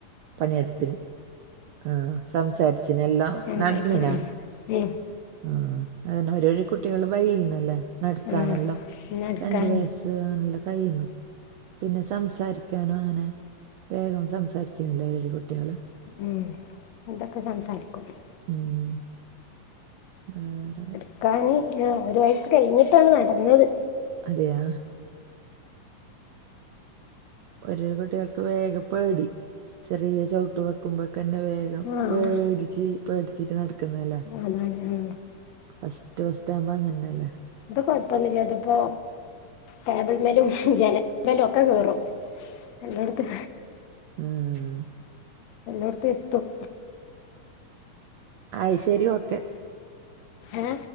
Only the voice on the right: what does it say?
പണിയെടുപ്പന് ആഹ് സംസാരിച്ചന് എല്ലാ
നട്ന്നിനാ.
ആഹ് അതന്നെ പരിപടി കുട്ടികള് വൈന്നല്ലേ. നട്ക്കാനല്ലോ
രണ്ട് വയസ് അനല്ലോ കൈയ്ന്ന് പിന്നെ സംസാരി ക്ക്യാനു അങ്ങനെ വേഗം സംസാരിക്കുന്നില്ല അവരു കുട്ട്യാള്.
ഉം വേറെ.
അതെയാ. ഓരോ കുട്ട്യൾക്ക് വേഗം പേടി. ചെറിയ ചവിട്ട് വെക്കുമ്പോക്കെന്നെ വേഗം
പേടിച്ച് പേടിച്ചിട്ട് നട്ക്കുന്നല്ലേ.
അസ്റ്റ് ഫസ്റ്റവുമ്പോ അങ്ങൻന്നല്ലേ.
ആഹ്.
അയ് ശരി ഓക്കെ.